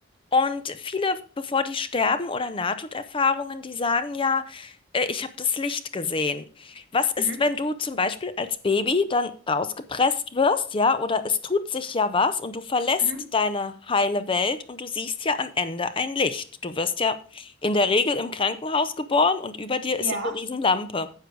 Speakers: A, on the left; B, on the right.
A: Und viele, bevor die sterben oder Nahtoderfahrungen, die sagen ja, äh, ich habe das Licht gesehen. Was ist,
B: Mhm.
A: wenn du zum Beispiel als Baby dann rausgepresst wirst, ja, oder es tut sich ja was und du verlässt
B: Mhm.
A: deine heile Welt und du siehst ja am Ende ein Licht. Du wirst ja in der Regel im Krankenhaus geboren und über dir ist
B: Ja.
A: so eine Riesenlampe.